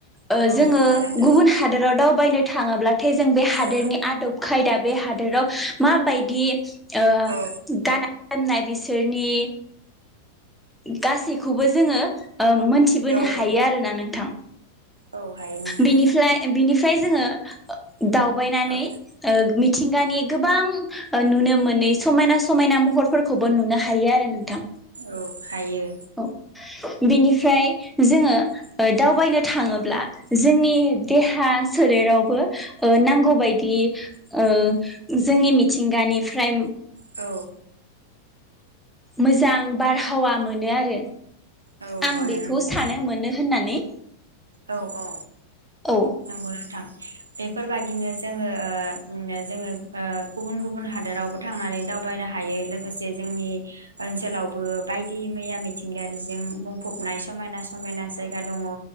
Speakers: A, in the centre; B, on the right.
A: ओ
B: औ
A: जोङो
B: मोनो नोंथां
A: गुबुन हादराव दावबायनो थाङोब्ला थे जों बे हादोरनि
B: औ
A: खायदा बे हादोराव माबायदि ओ
B: औ
A: गाना होननाय बिसोरनि गासैखौबो जोङो ओ मोनथिबोनो
B: औ
A: हायो
B: औ
A: आरोना नोंथां
B: औ हायो नोंथां
A: बिफ्रायनि बिनि फ्राय जोङो ओ दावबायनानै
B: औ
A: ओ मि थिंगानि गोबां नुनो मोनै समायना समायना महरफोरखौबो नुनो हायो आरो नोंथां
B: औ हायो
A: औ बिनिफ्राय जोङो ओ दावबायनो थाङोब्ला जोंनि देहा सोलेरावबो ओ नांगौबायदि ओ जोंनि मिथिंगानिफ्राय
B: औ
A: मोजां बारहावा मोनो आरो
B: औ
A: आं
B: मोनो
A: बेखौ
B: नोंथां
A: सानो मोनो होननानै
B: औ औ
A: औ
B: नंगौ नोंथां बेफोरबादिनो जोङो ओ जोङो ओ गुबुन गुबुन हादोरावबो थांनानै दावबायनो हायो लोगोसे जोंनि ओनसोलावबो बायदि मैया मिथिंगायारिजों बुंफबनाय समायना समायना जायगा दङ।